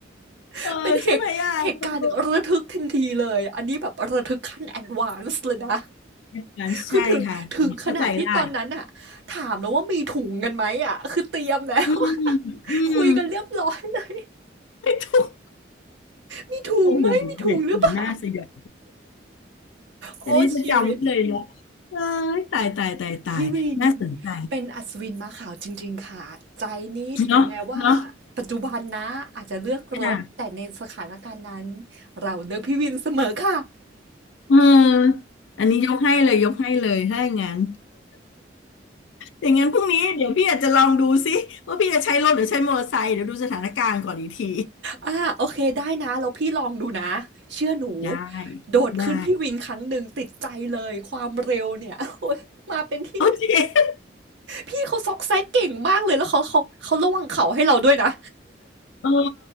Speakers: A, on the right; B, on the left.
A: <laughs>
B: เออใช่ไหมอ่ะเออ
A: เป็นเหตุเหตุการณ์ระทึกทันทีเลยอันนี้แบบระทึกขั้นแอดวานซ์เลยนะ
B: อย่างนั้นใช่ค่ะเข้าใจได้
A: <laughs> คือถึงถึงขนาดที่ตอนนั้นอะถามแล้วว่ามีถุงกันไหมอะ <laughs> คือเตรียมแล้ว
B: อืมอืม
A: <laughs> คุยกันเรียบร้อยเลย <laughs>
B: ไม่ถูก
A: มีถุงไหมมีถุงหรือเปล่า
B: โอ้โหเหตุการณ์น่าสยด
A: โอ้ชีวิต
B: อันนี้จะจำไว้เลยเนาะเอ้ยตายตายตายตายน่าสนใจ
A: พี่วินเป็นอัศวินม้าขาวจริงๆค่ะใจนี้ถึงแม้ว่า
B: เนาะเนาะ
A: ปัจจุบันนะอาจจะเลือกรถแต่ในสถานการณ์นั้น
B: ค่ะ
A: เราเลือกพี่วินเสมอค่ะ
B: เอออันนี้ยกให้เลยยกให้เลยถ้าอย่างนั้นอย่างงั้นพรุ่งนี้เดี๋ยวพี่อาจจะลองดูซิว่าพี่จะใช้รถหรือใช้มอเตอร์ไซค์เดี๋ยวดูสถานการณ์ก่อนอีกที
A: อ่าโอเคได้นะแล้วพี่ลองดูนะเชื่อหนู
B: ได้
A: โดดขึ้นพี่วินครั้งหนึ่งติดใจเลยความเร็วเนี่ย
B: ได้
A: <laughs> โอ๊ยมาเป็นที่หนึ่ง
B: โอเค
A: พี่เขาซอกแซกเก่งมากเลยแล้วเขาเขาเขาระวังเขาให้เราด้วยนะ
B: เออ